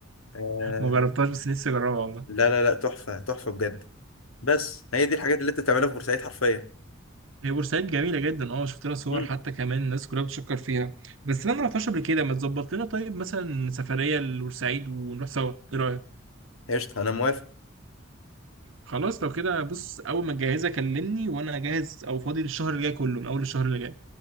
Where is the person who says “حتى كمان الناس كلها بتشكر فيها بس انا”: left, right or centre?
Right